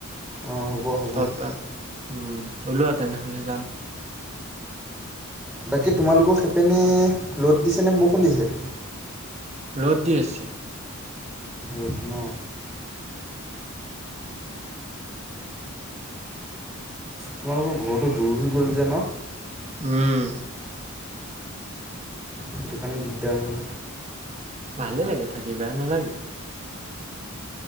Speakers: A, in the centre; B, on the right (about 30°).
A: অঁ হ'ব, হ'ব।
B: ছটা উম ওলোৱা তেনেহলে যাম।
A: বাকী তোমালোকৰ সিপিনে ৰ'দ দিছে নে বৰষুণ দিছে?
B: ৰ'দ দি আছে।
A: ৰ'দ ন তোমালোকৰ ঘৰটো দূৰ হৈ গ'ল যে ন?
B: উম।
A: সেইটো কাৰণে দিগদাৰ হ'ল।
B: ভালে লাগে থাকি, বেয়া নালাগে।